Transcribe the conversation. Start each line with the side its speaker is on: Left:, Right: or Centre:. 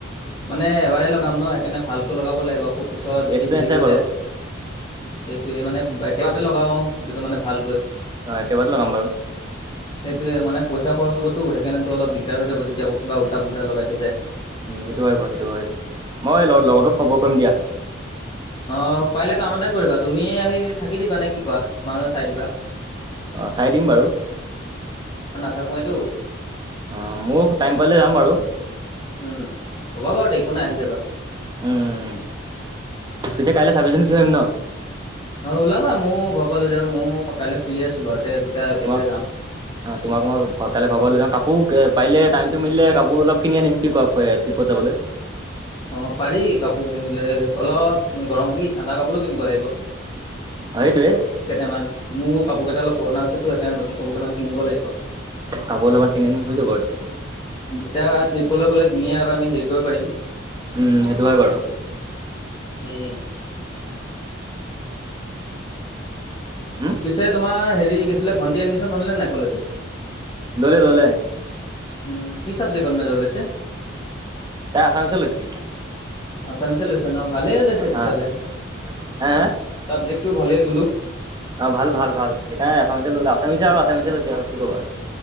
Left: মানে এবাৰেই লগাম ন সেইকাৰণে ভালকৈ লগাব লাগিব আকৌ পিছত যদি
Right: এক্সপিৰিয়েঞ্চ
Left: হেৰি
Right: আছে
Left: হৈ
Right: বাৰু
Left: যায়। সেইটোয়ে মানে একেবাৰতে লগাও গুটিটো মানে ভালকৈ।
Right: অ একেবাৰে লগাম বাৰু
Left: সেইটোৱে মানে পইচা খৰচ হব'তো সেইকাৰেতো অল দিগদাৰ হৈ যাব যেতিয়া কিবা উল্টা পল্টা লগাই থৈ যায়।
Right: উ সেইটো হয় বাৰু সেইটো হয় মই লগতো খবৰ কৰিম দিয়া।
Left: অ পাৰিলে কাম এটা কৰিবা তুমি আহি থাকি দিবা নে কি কোৱা মানুহে চাই দিবা।
Right: অঁ চাই দিম বাৰু
Left: থাকোৱেটো
Right: অহ, ময়ো টাইম পালে যাম বাৰু।
Left: উম, হ'ব বাৰু একো নাই আহি যাবা।
Right: উম পিছে কাইলৈ ছাগলী জনী থৈ আহিম ন'?
Left: অহ, ওলাবা মোও ঘৰৰ পৰা লৈ যাবা ময়ো কাইলে ফ্ৰী আছো। বাৰু তে দুটা
Right: অহ,
Left: একেলগে
Right: তোমাক
Left: যাম।
Right: অহ তোমাক মই কাইলৈ ঘৰৰ পৰা লৈ যাওঁ কাপোৰ পাৰিলে টাইমটো মিলিলে কাপোৰ অলপ কিনি আনিম কি কোৱা আ ট্ৰিপত যাবলৈ।
Left: অহ, পাৰি কাপোৰ কিনিলে অলপ গৰম কি ঠাণ্ডা কাপোৰো কিনিব লাগিব।
Right: অ', সেইটোৱে
Left: কেইটামান মোৰ কাপোৰ কেইটা অলপ পুৰণা হৈছে তো সেইকাৰণে নতুন কাপোৰ কেইটা মান কিনিব লাগিব।
Right: পাব অলপমান কিনিম হৈ যাব আৰু
Left: এতিয়া ট্ৰিপলৈ গ'লে ধুনীয়া এটা আমি হেৰি কৰিব পাৰিম।
Right: উম, সেইটো হয় বাৰু।
Left: উম।
Right: উম,
Left: পিছে তোমাৰ হেৰি কিছিলে ভণ্টি এডমিশন হ'লনে নাই কলেজত?
Right: ললে-ললে।
Left: উম, কি চাবজেক্টত মেজৰ লৈছে?
Right: তাই আছামীচত লৈছে।
Left: আছামিছে লৈছে ন' ভালে লৈছে তেতিয়াহলে
Right: অ',
Left: <unintelligible>
Right: হে
Left: চাবজেক্টটো ভালে। বুলো।
Right: অহ, ভাল-ভাল-ভাল সেইকাৰণে আছামিছে ললে আছামিছে আৰু আছামিছে লৈছে আৰু কি ক'বা।